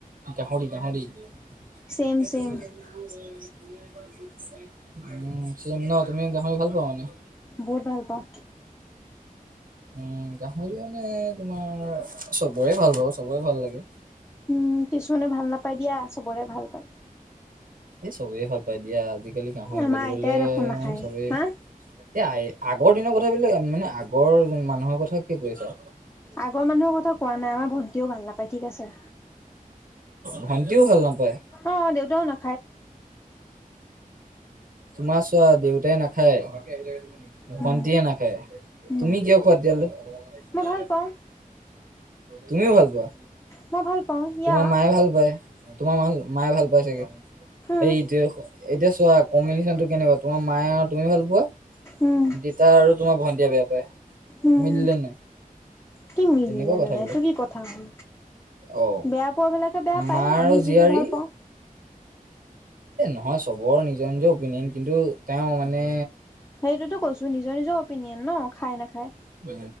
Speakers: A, on the right; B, on the left.
A: গাহৰি গাহৰি। উম
B: ছেম ছেম
A: চম ন তুমি গাহৰি ভাল পোৱা মানে
B: বহুত ভাল পাওঁ।
A: উম গাহৰি মানে তোমাৰ চবৰে ভাল বাৰ চবৰে ভাল লাগে।
B: উম কিছুমানে ভাল নাপায়। দিয়া চবৰে ভাল পায়।
A: এই চবেই ভাল পায় দিয়া আজিকালি গাহৰি
B: আমাৰ
A: বুলিবলে
B: আইতাই দেখোন নাখায়
A: চবেই এ,
B: হা
A: আগৰ দিনৰ কথা বিলাক মানে আগৰ মানুহৰ কথা কি কৈছা।
B: আগৰ মানুহৰ কথা কোৱা নাই। আমাৰ ভন্টিও ভাল নাপায় ঠিক আছে।
A: ভণ্টিও ভাল নাপায়।
B: অ', দেউতাও না
A: তোমাৰ চোৱা দেউতাই নাখায়।
B: উম
A: ভণ্টিয়ে নাখায় তুমি
B: উম
A: কিয় খোৱা তেতিয়ালৈ?
B: মই ভাল পাওঁ
A: তুমিও ভাল পোৱা?
B: মই ভাল পাওঁ ইয়া
A: তোমাৰ মায়ে ভাল পায় তোমাৰ ম মায়ে ভাল পায় চাগে।
B: উম
A: এইটোয়া এতিয়া চোৱা কম্বিনেশ্যনটো কেনেকুৱা তোমাৰ মায়ে আৰু তুমি ভাল পোৱা
B: উম
A: দেতা আৰু তোমাৰ ভন্টিয়ে বেয়া পায়।
B: উম,
A: মিলিলে নাই
B: কি মিলিলে
A: তেনেকুৱা কথাবিলাক
B: নানাই এইটো কি কথা হল
A: অ
B: বেয়া। কপৰবিলাকে বেয়া পায়।
A: মাৰ
B: আমি
A: আৰু জীয়াৰী
B: যিটো ভাল পাওঁ।
A: এ নহয় চবৰ নিজৰ নিজৰ অপিনিয়ন কিন্তু তেওঁ মানে
B: সেইটোতো কৈছো নিজৰ নিজৰ অপিনিয়ন ন খাই নাখায়।
A: উ